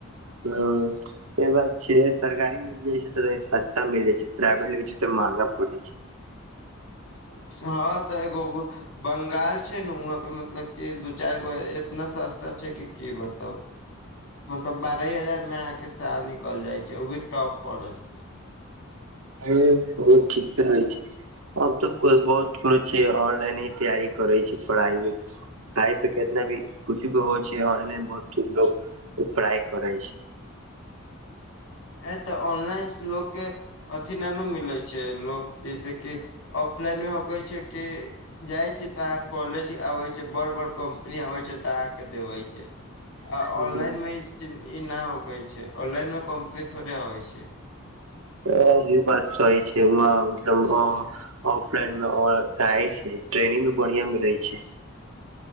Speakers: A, on the right; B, on the left.
A: हँ ई बात छै सरकारी मिल जाय छै त सस्ता मिल जाय छै प्राइवेट ल छै त महगा पड़ै छै
B: हँ तऽ एगो बंगाल छै ने वहाँ पे मतलब कि दू चारि गो इतना सस्ता छै कि की बताउ मतलब बारहे हजार में अहाँ के साल निकल जाय छै ओ भी टॉप कॉलेज से
A: ह बहुत ठीक कर छै अब तऽ कोइ बहुत काॅलेज छै ऑनलाइन ही तैयारी करै छै प्राइवेट से पढाइ पे कितना भी कुछु के होइ छै ऑनलाइन बहुत लोग पढाइ करै छै
B: ए तऽ ऑनलाइन लोकके अथी नउ न मिलै छै लोक जैसेकि ऑफलाइनमे हम कहै छियै कि जाइ छियै तऽ अहाँ कॉलेज अबे छै बड़ बड़ कंपनी आबै छै तऽ अहाँके देवै छै आ
A: छै
B: ऑनलाइन मे ई च ई न होखै छै ऑनलाइन मे कम्पनी थोड़े अवै छै
A: त जे बात सही छै ओमे मतलब ऑफलाइन मे छै ट्रेनिंग भी बढ़िया मिलै छै